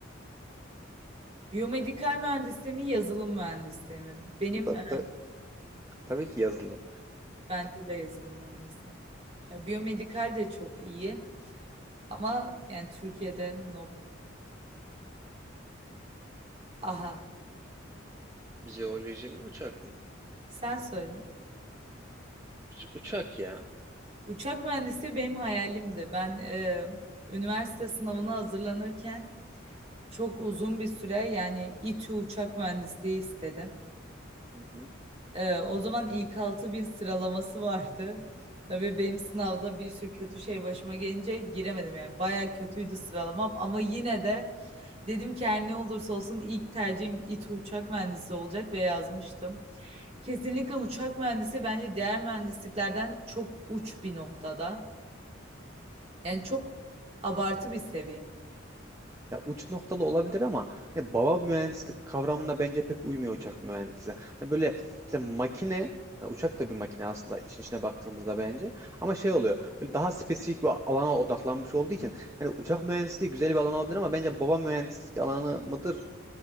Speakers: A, on the right (about 30°); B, on the right (about 15°).
A: Biyomedikal mühendisliği mi, yazılım mühendisliği mi? Benim
B: Ta-
A: e,
B: ta- tabii ki yazılım.
A: bence de yazılım mühendisliği. Ya, biyomedikal de çok iyi ama yani Türkiye'de nop. Aha,
B: Jeoloji mi uçak mı?
A: sen söyle.
B: Uç- uçak ya.
A: Uçak mühendisi benim hayalimdi. Ben e, üniversite sınavına hazırlanırken çok uzun bir süre yani İTÜ uçak mühendisliği istedim.
B: Hı hı.
A: Ee, o zaman ilk 6000 sıralaması vardı. Tabii benim sınavda bir sürü kötü şey başıma gelince giremedim yani. Baya kötüydü sıralamam ama yine de dedim ki her ne olursa olsun ilk tercihim İTÜ uçak mühendisi olacak ve yazmıştım. Kesinlikle uçak mühendisi bence diğer mühendisliklerden çok uç bir noktada. Yani çok abartı bir seviye.
B: Ya uç noktalı olabilir ama hani baba mühendislik kavramına bence pek uymuyor uçak mühendisi. Hani böyle işte makine yani uçak da bir makine aslında işin içine baktığımızda bence. Ama şey oluyor. Böyle daha spesifik bir alana odaklanmış olduğu için hani uçak mühendisliği güzel bir alan olabilir ama bence baba mühendislik alanı mıdır